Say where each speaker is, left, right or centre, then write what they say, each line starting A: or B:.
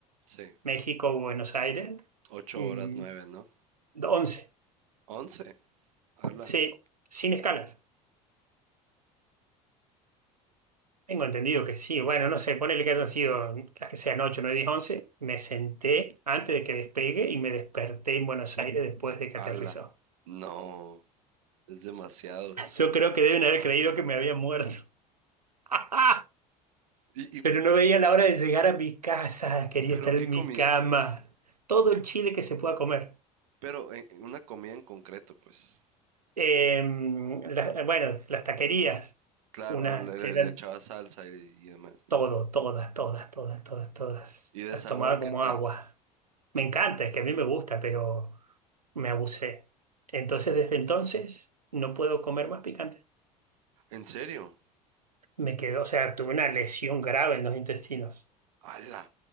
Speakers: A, on the right (about 65°); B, on the right (about 85°).
A: Sí.
B: México-Buenos Aires,
A: Ocho
B: mm,
A: horas, nueve, ¿no?
B: 11,
A: Once. Ala,
B: sí, sin escalas. Tengo entendido que sí, bueno, no sé, ponele que hayan sido las que sean 8 9 10 11 me senté antes de que despegue y me desperté en Buenos Aires después de que
A: ala.
B: aterrizó.
A: No. Es demasiado eso.
B: Yo creo que deben haber creído que me había muerto. <laughs>
A: Y, y,
B: Pero no veía la hora de llegar a mi casa, quería
A: ¿pero
B: estar
A: qué
B: en
A: comiste?
B: mi cama, todo el chile que se pueda comer.
A: Pero en, en una comida en concreto, pues.
B: Eh, la- eh, bueno, las taquerías,
A: Claro,
B: unas
A: ah, le,
B: que
A: le
B: eran
A: le echaba salsa y, y demás,
B: todo,
A: ¿no?
B: todas, todas, todas, todas, todas.
A: ¿Y de
B: Las
A: sabor
B: tomaba
A: qué
B: como
A: tal?
B: agua. Me encanta, es que a mí me gusta, pero me abusé. Entonces, desde entonces, no puedo comer más picante.
A: ¿En serio?
B: Me quedó, o sea, tuve una lesión grave en los intestinos.
A: ¡Hala!